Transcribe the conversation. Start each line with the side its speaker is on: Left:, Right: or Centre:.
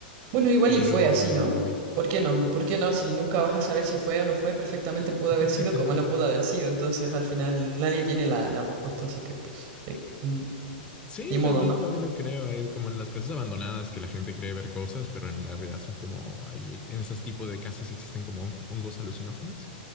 Right: Bueno, igual
Left: Pero
Right: y fue así,
Left: lo,
Right: ¿no?
Left: lo vi.
Right: ¿Por qué no? ¿Por qué no? Si nunca vas a saber si fue o no fue, perfectamente
Left: <laughs>
Right: pudo haber sido como no pudo haber sido, entonces al final nadie tiene la, la respuesta, así que pues, eh, mm,
Left: Sí,
Right: ni modo,
Left: también,
Right: ¿no?
Left: también lo creo. Hay como en las casas abandonadas que la gente cree ver cosas, pero en la realidad son como ahí, en esos tipos de casas existen como hon- hongos alucinógenos